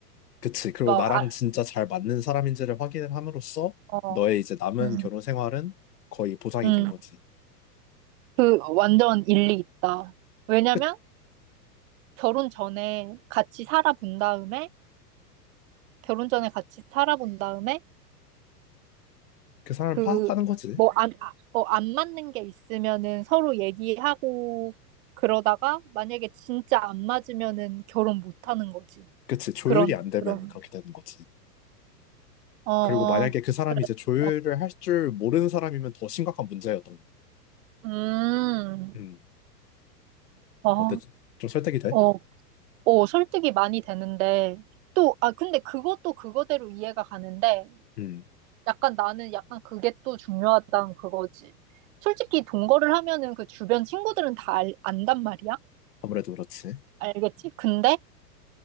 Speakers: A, on the left; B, on the right.
A: 그치. 그리고
B: 막,
A: 나랑
B: 아,
A: 진짜 잘 맞는 사람인지를 확인을 함으로써
B: 어,
A: 너의 이제 남은
B: 음,
A: 결혼 생활은 거의 보장이
B: 음,
A: 된 거지.
B: 그 완전 일리 있다. 왜냐면
A: 끝.
B: 결혼 전에 같이 살아본 다음에, 결혼 전에 같이 살아본 다음에,
A: 그 사람을
B: 그,
A: 파악하는 거지.
B: 뭐, 안, 아, 어, 안 맞는 게 있으면은 서로 얘기하고 그러다가 만약에 진짜 안 맞으면은 결혼 못 하는 거지.
A: 그치. 조율이
B: 그런,
A: 안 되면
B: 그런.
A: 그렇게 되는 거지.
B: 어,
A: 그리고 만약에 그 사람이
B: 그래.
A: 이제 조율을
B: 어,
A: 할 줄 모르는 사람이면 더 심각한 문제였던 거.
B: 음,
A: 음.
B: 어,
A: 어때? 좀 설득이 돼?
B: 어, 어, 설득이 많이 되는데. 또, 아, 근데 그것도 그거대로 이해가 가는데
A: 음.
B: 약간 나는 약간 그게 또 중요하다는 그거지. 솔직히 동거를 하면은 그 주변 친구들은 다 알, 안단 말이야.
A: 아무래도 그렇지.
B: 알겠지? 근데